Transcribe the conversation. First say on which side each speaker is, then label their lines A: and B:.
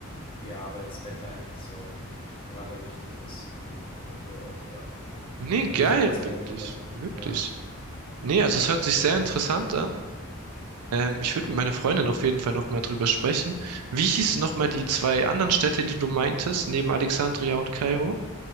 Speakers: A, on the left; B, on the right.
A: ja, weil das Wetter eigentlich so gerade richtig ist und die Temperatur auch, ja.
B: Nee,
A: Also
B: geil,
A: sowas
B: wirklich,
A: bei mir,
B: wirklich.
A: ja,
B: Nee,
A: ja.
B: also es hört sich sehr interessant an. Ähm, ich würde mit meiner Freundin auf jeden Fall nochmal drüber sprechen. Wie hießen nochmal die zwei anderen Städte, die du meintest, neben Alexandria und Kairo?